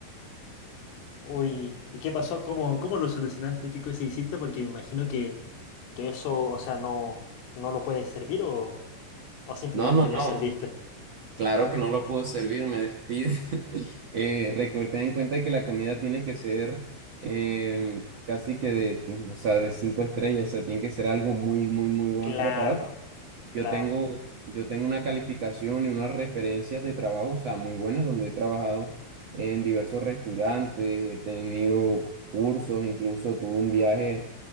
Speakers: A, on the left; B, on the right.
A: uy. ¿Y qué pasó? ¿Cómo, cómo lo solucionaste? ¿Qué cosa hiciste? Porque me imagino que, que eso, o sea, no, no lo puedes servir o, o simplemente
B: no, no,
A: lo
B: no,
A: serviste.
B: claro que no lo puedo servir, me despide. eh, recu- ten en cuenta que la comida tiene que ser eh, casi que de, o sea, de cinco estrellas, o sea, tiene que ser algo muy, muy, muy buen
A: Claro,
B: preparado.
A: claro,
B: Yo tengo, yo tengo una calificación y unas referencias de trabajo, o sea, muy buenas, donde he trabajado en diversos restaurantes, he tenido cursos, incluso tuve un viaje